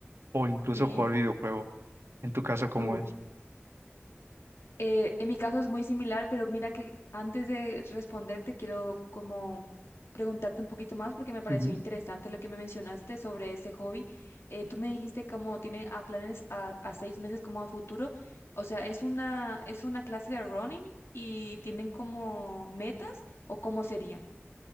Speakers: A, on the right; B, on the left.
A: o incluso
B: sí.
A: jugar videojuego. En tu caso, ¿cómo
B: Uf,
A: es?
B: eh, en mi caso es muy similar, pero mira que antes de responderte quiero como preguntarte un poquito más porque me pareció
A: Ujú.
B: interesante lo que me mencionaste sobre ese hobby. Eh, tú me dijiste como tiene a planes a, a seis meses como a futuro. O sea, ¿es una, es una clase de running y tienen como metas o cómo sería?